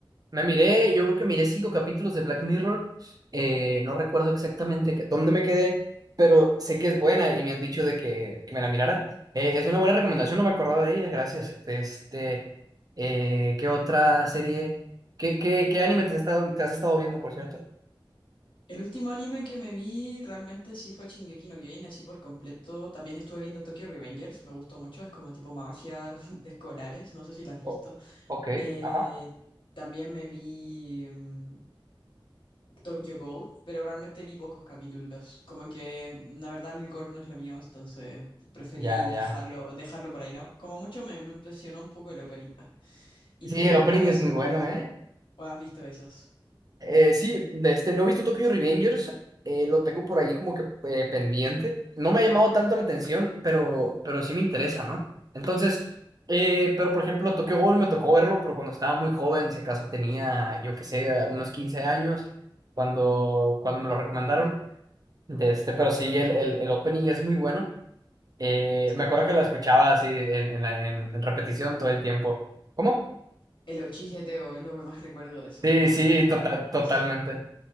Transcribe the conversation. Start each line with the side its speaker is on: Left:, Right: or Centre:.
Right: Me miré, yo creo que miré cinco capítulos de Black Mirror. eh, no recuerdo exactamente qué- dónde me quedé, pero sé que es buena y me han dicho de que, que me la mirara. Eh, es una buena recomendación, no me acordaba de ella, gracias. Este, eh, ¿qué otra serie? ¿Qué, qué, qué anime te has estado, te has estado viendo, por cierto?
Left: El último anime que me vi realmente sí fue Shingeki no Kyojin, así por completo. También estuve viendo Tokyo Revengers, me gustó mucho, es como tipo mafia <laughs> de escolares, no sé si la has
Right: Oh,
Left: visto.
Right: ok,
Left: Eh,
Right: ajá,
Left: también me vi mm, Tokyo Gold, pero realmente vi pocos capítulos. Como que mm, la verdad el gore no es lo mío, entonces preferí
Right: ya, ya.
Left: dejarlo, dejarlo por ahí, ¿no? Como mucho me, me impresionó un poco el opening. ¿Y
Right: Sí,
Left: tú
Right: el opening
Left: cuál ha
Right: es
Left: sido
Right: muy bueno, ¿eh?
Left: o has visto esos?
Right: Eh, sí, de este, no he visto Tokyo Revengers, eh, lo tengo por ahí como que eh, pendiente. No me ha llamado tanto la atención, pero, pero sí me interesa, ¿no? Entonces, eh, pero por ejemplo, Tokyo Ghoul me tocó verlo, pero cuando estaba muy joven, si acaso tenía, yo qué sé, unos 15 años, cuando, cuando me lo recomendaron. De este, pero sí, el, el, el opening es muy bueno. Eh,
Left: Sí,
Right: me
Left: bueno,
Right: acuerdo
Left: ¿no?
Right: que lo escuchaba así en, en, la- en- en repetición todo el tiempo. ¿Cómo?
Left: El ochigeteo es lo que más recuerdo de eso,
Right: Sí,
Left: como
Right: sí,
Left: la primera
Right: total, totalmente.
Left: vez.